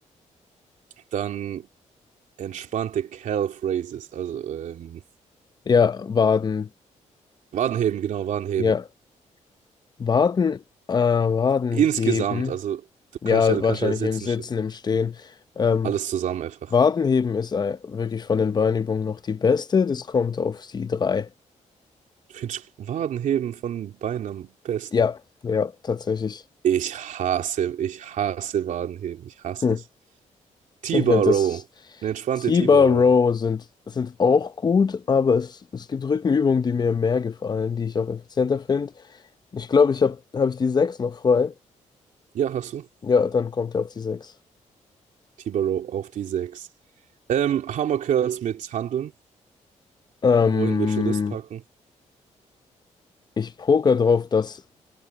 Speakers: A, on the right (about 80°); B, on the left (about 35°).
A: Dann entspannte Calf Raises, also ähm,
B: Ja, Waden.
A: Wadenheben, genau, Wadenheben.
B: Ja, Waden, äh, Waden
A: Insgesamt,
B: heben.
A: also du
B: Ja,
A: kannst ja, du
B: wahrscheinlich
A: kannst ja sitzen,
B: im Sitzen,
A: stehen.
B: im Stehen. Ähm,
A: Alles zusammen einfach.
B: Waden heben ist ei- wirklich von den Beinübungen noch die beste. Das kommt auf die drei
A: Ich finde Wadenheben von Beinen am besten.
B: Ja, ja, tatsächlich.
A: Ich hasse, ich hasse Wadenheben. Ich hasse
B: Hm.
A: es. T-Bar
B: Ich finde das
A: Row. Eine entspannte
B: T-Bar
A: T-Bar Row.
B: Row sind, sind auch gut, aber es, es gibt Rückenübungen, die mir mehr gefallen, die ich auch effizienter finde. Ich glaube, ich habe habe ich die 6 noch frei.
A: Ja, hast du?
B: Ja, dann kommt er auf die sechs
A: T-Bar Row auf die 6. Ähm, Hammer Curls mit Handeln.
B: Ähm,
A: Wohin würdest du das packen?
B: ich poker drauf, dass